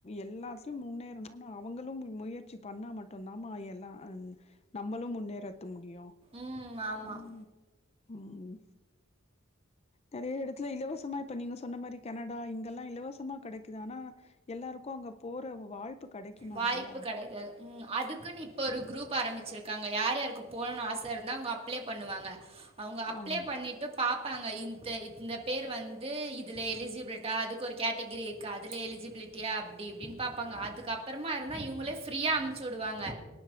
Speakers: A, on the left (about 30°); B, on the right (about 30°).
A: எல்லாத்லியு முன்னேறணுனு அவங்களும் முயற்சி பண்ணா மட் மாட்டும் டு்ந்தாமா எல்லா நம்மளு முன்னேறத்த முடியு
B: ம் ஆமாம்
A: ம் ம் நெறய எடத்துல இலவசமா இப் இப்ப நீங்க சொன்ன மாரி கெனடா இங்கல்லா இலவசமா கெடைக்குது. ஆனா எல்லாருக்கு அங்க போற வாய்ப்பு கெடைக்கணும்
B: வாய்ப்பு
A: இல்லையா?
B: கெடைக்கா ம் அதுக்குன்னு இப்ப ஒரு குரூப் ஆரம்பிச்சிருக்காங்க யார் யார்க்கு போணும்னு ஆச இருந்தா அவங்க அப்ளை பண்ணுவாங்க அவங்க அப்ளை
A: அம்.
B: பண்ணிட் ன்டு பாப்பாங்க இந்த இந்த பேர் வந்து இதுல எலிஜிபிலிட்டா அதுக்கு ஒரு கேட்டகிரி கு அதுல எலிஜிபிலிட்டியா அப்டி இப்டின்னு பாப்பாங்க அதுக் அப் றமா இருந்தா இவங்களே ஃபிரீயா அமுச்சு விடுவாங்க